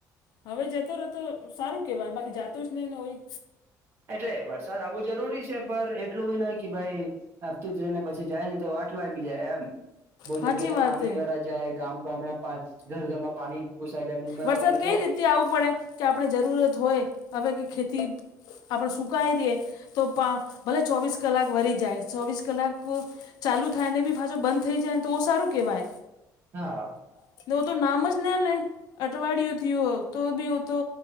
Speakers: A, on the left; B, on the right.
A: હવે જતો રહેતો સારું કેવાય બાકી જાતો જ નહ ને હોય
B: એટલે વરસાદ આવો જરૂરી છે પણ એટલું બી નાહી કે ભાઈ આવતું જ ર ને પછી જાયને તો વાટ લાગી જાય એમ બહુ
A: સાચી
B: જગ્યા તો
A: વાત
B: પાણી
A: એ
B: વારા જાય ગામ ગામડા ઘર ઘરમાં પાણી ઘૂસાય જાય મુંબઈમાં
A: વરસાદ
B: તમે
A: કઈ
B: જો
A: રીતે આવવું પડે કે આપણે જરૂરત હોય હવે કે ખેતી આપણે સુકઈ રઈએ તો ભલે ચોવીસ કલાક વરી જાય ચોવીસ કલાક ચાલુ થાયને બી પાછો બંધ થઈ જાય ને તો સારું કેહેવાય
B: હા
A: વ તો નામ જ ને અઠવાડિયુંથી તો બી તો